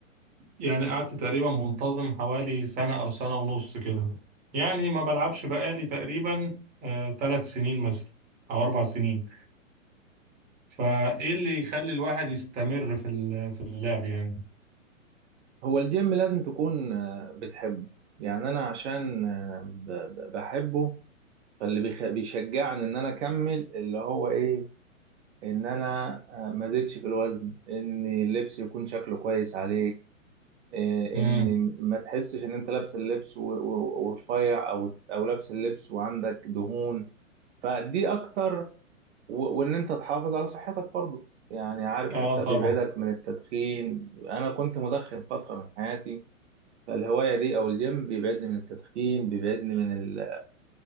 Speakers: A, on the right; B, on the right.
A: يعني قعدت تقريبا منتظم حوالي سنة أو سنة ونص كده يعني ما بلعبش بقالي تقريبا آه ثلاث سنين مثلا أو أربع سنين فإيه اللي يخلي الواحد يستمر في ال- في اللعب يعني
B: هو الجيم لازم تكون آه، بتحبه يعني انا عشان آه، ب- ب- بحبه فاللي بيخ- بيشجعني ان انا اكمل اللي هو ايه ان انا آه، ما زدتش في الوزن ان اللبس يكون شكله كويس عليك آه،
A: مم.
B: ان ما تحسش ان انت لابس اللبس و- و- ورفيع او او لابس اللبس وعندك دهون فدي اكتر و- وان انت تحافظ على صحتك برضو يعني عارف
A: آه
B: انت
A: طبعا
B: بيبعدك من التدخين انا كنت مدخن فترة من حياتي فالهواية دي او الجيم بيبعدني من التدخين بيبعدني من ال...